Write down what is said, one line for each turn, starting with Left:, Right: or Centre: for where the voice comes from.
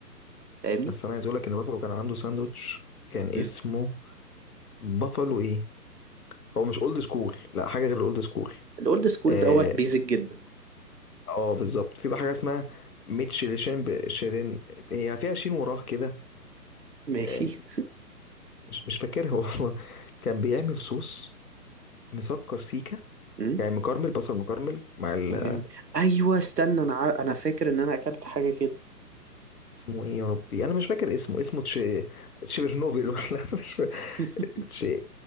Right: فاهمني
Left: بس انا عايز اقول لك ان بافلو كان عنده ساندوتش كان
Right: امم
Left: اسمه بافلو ايه هو مش اولد سكول لا حاجه غير الاولد سكول
Right: الاولد سكول
Left: اه
Right: دوت بيزك جدا
Left: آه، بالظبط في بقى حاجه اسمها ميتشيلشين ب- شيرين هي فيها شين وراه كده
Right: ماشي
Left: آه، مش مش فاكرها <laughs> والله كان بيعمل صوص مسكر سيكا
Right: امم
Left: يعني مكرمل بصل مكرمل مع ال...
Right: أيام- ايوه استنى انا عار- انا فاكر ان انا اكلت حاجه كده
Left: اسمه ايه يا ربي انا مش فاكر اسمه اسمه تش... تشيرنوبل <laughs> ولا مش فاكر
Right: <laughs>
Left: تش...